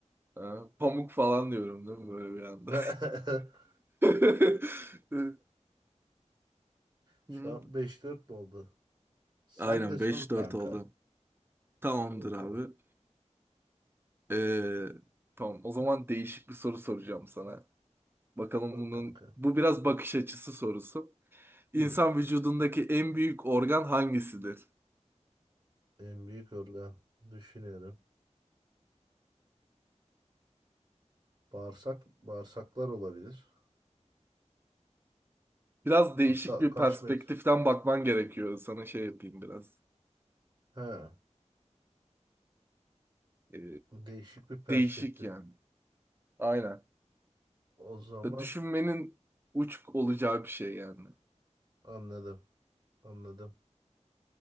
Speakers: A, on the right; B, on the right.
A: e, pamuk falan diyorum değil mi böyle bir anda.
B: <laughs>
A: <laughs>
B: Şu
A: Hı.
B: an beş dört mü oldu? Sen
A: Aynen
B: de sor
A: beş
B: kanka.
A: dört oldu. Tamamdır
B: sor bakalım.
A: abi. Ee, tamam o zaman değişik bir soru soracağım sana. Bakalım
B: Sor
A: bunun
B: kanka.
A: bu biraz bakış açısı sorusu. İnsan
B: Hmm.
A: vücudundaki en büyük organ hangisidir?
B: En büyük organ düşünüyorum. Bağırsak, bağırsaklar olabilir.
A: Biraz değişik
B: Hatta
A: bir
B: kaç
A: perspektiften
B: metre?
A: bakman gerekiyor. Sana şey yapayım biraz.
B: He,
A: Ee,
B: değişik bir perspektif.
A: değişik yani. Aynen.
B: O zaman
A: Düşünmenin uç olacağı bir şey yani.
B: Anladım, anladım.